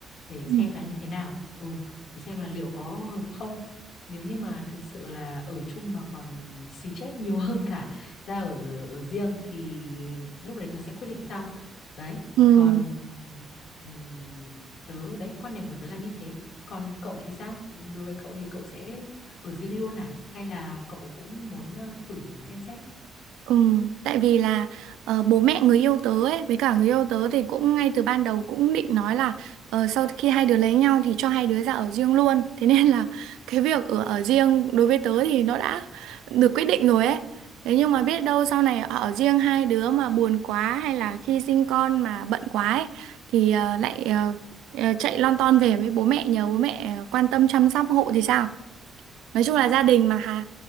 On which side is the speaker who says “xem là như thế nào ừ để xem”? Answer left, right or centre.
Left